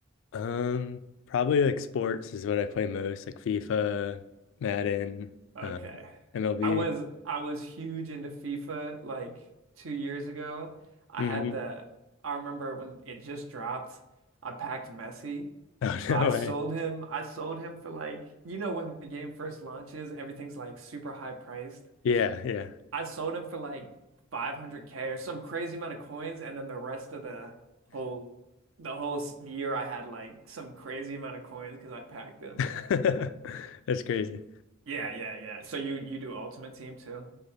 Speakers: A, on the left; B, on the right.
A: Um, probably like sports is what I play most, like FIFA, Madden,
B: Okay.
A: uh, MLB.
B: I was I was huge into FIFA like two years ago. I
A: hmm
B: had the I remember when it just dropped, I packed Messi.
A: Oh,
B: So
A: <laughs> no
B: I sold
A: way.
B: him I sold him for like you know when the game first launches, everything's like super high priced.
A: Yeah, yeah.
B: I sold him for like 500K or some crazy amount of coins, and then the rest of the whole the whole s- year I had like some crazy amount of coins because I packed them.
A: <laughs> That's crazy.
B: Yeah, yeah, yeah. So you you do Ultimate Team too?